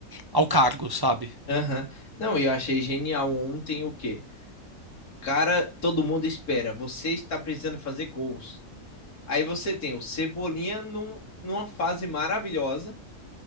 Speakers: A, on the right (about 35°); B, on the left (about 85°).
A: ao cargo, sabe?
B: Aham. Não, eu achei genial ontem o quê? Cara, todo mundo espera, você está precisando fazer gols. Aí você tem o Cebolinha num, numa fase maravilhosa,